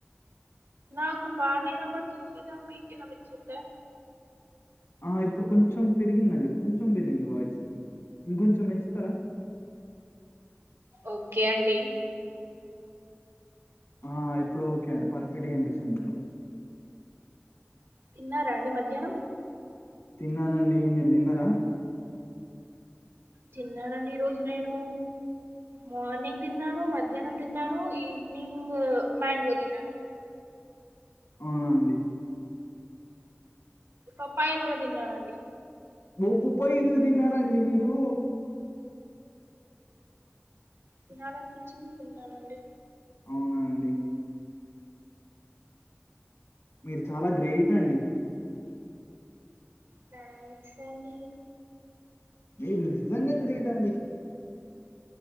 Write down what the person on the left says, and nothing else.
ఆ ఇప్పుడు కొంచెం పెరిగిందండి కొంచెం పెరిగింది వాయిస్ ఇంకొంచెం పెంచుతారా
ఆ ఇప్పుడు ఓకే అండి పర్ఫెక్ట్గా వినిపిస్తుంది ఇప్పుడు
తిన్నానండి మీరు తిన్నార
అవునా అండి
ఓ పప్పయి ఎందుకు తిన్నారండి మీరు
అవునా అండి మీరు చాలా గ్రేట్ అండి
మీరు నిజంగా గ్రేట్ అండి